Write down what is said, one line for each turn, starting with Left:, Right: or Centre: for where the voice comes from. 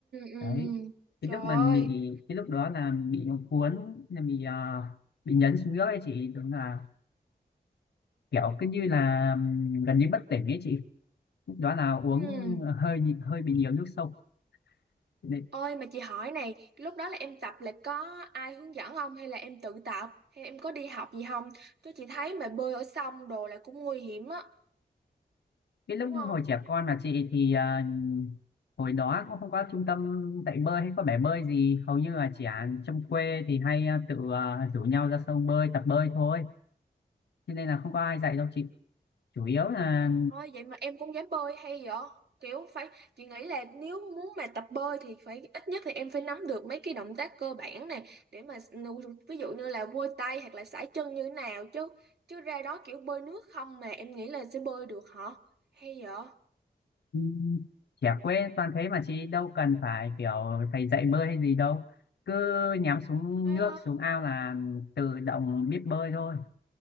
Right: ừ.
Left: đấy cái
Right: Trời
Left: lúc
Right: ơi.
Left: mình bị cái lúc đó là bị nó cuốn là bị à, bị nhấn xuống nước ấy chị đúng là kiểu cứ như là ừm, gần như bất tỉnh ấy chị lúc đó là uống
Right: Ừ.
Left: hơi nhị- hơi bị nhiều nước sông đấy.
Right: Ôi mà chị hỏi này, lúc đó là em tập là có ai hướng dẫn không hay là em tự tập hay em có đi học gì không? Chứ chị thấy mà bơi ở sông đồ là cũng nguy hiểm á,
Left: cái lúc
Right: đúng không?
Left: hồi trẻ con là chị thì à, hồi đó cũng không có trung tâm dạy bơi hay có bể bơi gì hầu như là trẻ trong quê thì hay à, tự à, rủ nhau ra sông bơi tập bơi thôi cho nên là không có ai dạy đâu chị chủ yếu là
Right: Ôi vậy mà em cũng dám bơi hay vậy? Kiểu phải chị nghĩ là nếu muốn mà tập bơi thì phải ít nhất thì em phải nắm được mấy cái động tác cơ bản này để mà s- ví dụ như là vôi tay hoặc là sải chân như thế nào chứ chứ ra đó kiểu bơi nước không mà em nghĩ là sẽ bơi được hả? Hay vậy?
Left: Ừ, trẻ quê toàn thế mà chị đâu cần phải kiểu thầy dạy bơi hay gì đâu cứ nhắm xuống
Right: Thế
Left: nước
Right: á.
Left: xuống ao là tự động biết bơi thôi